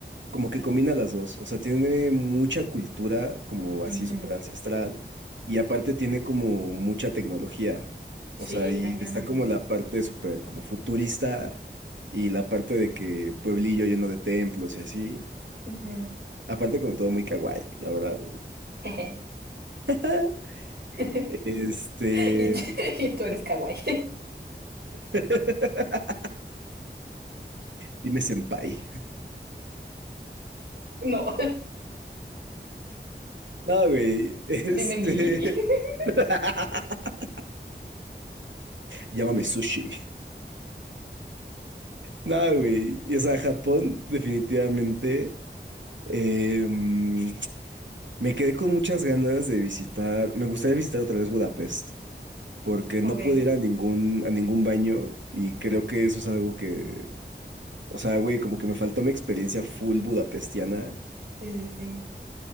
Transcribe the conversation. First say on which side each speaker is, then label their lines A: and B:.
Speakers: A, on the right; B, on the right.
A: como que combina las dos, o sea, tiene mucha cultura como así
B: ujú.
A: súper ancestral y aparte tiene como mucha tecnología, o
B: Sí,
A: sea, y
B: cañonamente.
A: está como la parte súper como futurista y la parte de que pueblillo lleno de templos y así,
B: Ujú.
A: aparte como todo muy kawaii, la verdad.
B: <laughs>
A: <laughs>
B: <laughs>
A: Este,
B: Y, t- y tú eres kawaii.
A: <laughs> dime senpai.
B: <laughs> No.
A: No, güey, este...
B: Dime nigiri. <laughs>
A: <laughs> Llámame sushi. No, güey. Y, O sea, Japón, definitivamente. eh, mm, me quedé con muchas ganas de visitar. Me gustaría visitar otra vez Budapest, porque
B: Ok,
A: no
B: sí,
A: pude ir a ningún, a ningún baño y creo que eso es algo que. O sea, güey, como que me faltó mi experiencia full budapestiana.
B: sí, sí.